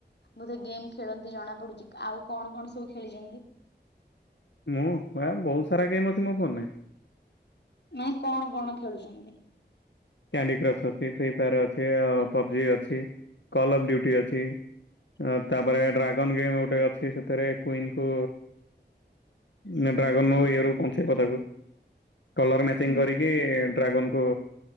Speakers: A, on the left; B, on the left.
A: ବୋଧେ ଗେମ୍ ଖେଳନ୍ତି ଜଣା ପଡୁଚି। ଆଉ କଣ କଣ ସ ସବୁ ଖେଳିଚନ୍ତି?
B: ମୁଁ ଆ ବହୁତ ସାରା ଗେମ୍ ଅଛି ମୋ ଫୋନରେ।
A: ମାନେ କଣ କଣ ଖେଳୁଚନ୍ତି?
B: କ୍ୟାଣ୍ଡି କ୍ରସ୍ ଅଛି, ଫ୍ରି ଫାୟାର ଅଛି, ପବଜି ଅଛି, କଲ୍ ଅଫ୍ ଡୁଟି ଅଛି। ଆ ତା ପରେ ଡ୍ରାଗନ ଗେମ୍ ଗୋଟେ ଅଛି। ସେଥିରେ କୁଇନ କୁ ନେ ଡ୍ରାଗନର ଇଏ ରୁ ବଞ୍ଚେଇବ ତାକୁ। କଲର ମ୍ୟାଚିଂ
A: ହୁଁ
B: କରିକି
A: ହୁଁ
B: ଡ୍ରାଗନକୁ